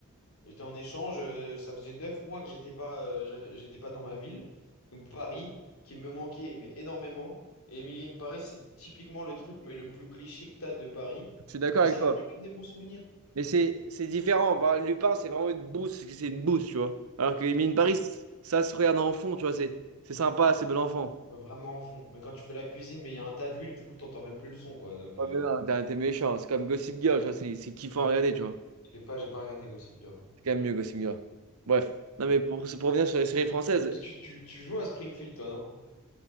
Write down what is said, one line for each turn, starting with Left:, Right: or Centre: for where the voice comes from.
Left: J'étais en échange, euh, ça faisait neuf mois que j'étais pas, euh, j'avais- j'étais pas dans ma ville, donc Paris, qui me manquait mais énormément. Et Emily in Paris, c'est typiquement le truc mais le plus cliché que t'as de Paris.
Right: Je suis d'accord
Left: Mais
Right: avec
Left: ça
Right: toi.
Left: rappelle quand même des bons souvenirs.
Right: Mais c'est c'est différent. Bah, Lupin, c'est vraiment une bouse, parce que c'est une bouse, tu vois. Alors que Emily in Paris,
Left: Ouais.
Right: ça se regarde en fond, tu vois. C'est c'est sympa, c'est bon enfant.
Left: Ouais, vraiment en fond. Mais quand tu fais la cuisine, mais il y a un tas d'huile, du coup, t'entends même plus le son, quoi. Donc,
Right: Oh,
Left: euh,
Right: mais non, t'as- t'es méchant. C'est comme Gossip Girl, tu vois. C'est c'est kiffant à regarder, tu vois.
Left: je sais pas, j'ai pas regardé Gossip Girl.
Right: C'est quand même mieux, Gossip Girl. Bref. Non,
Left: Ouais.
Right: mais pour, pour revenir sur les séries françaises,
Left: Parce que tu, tu tu joues à Springfield, toi, non?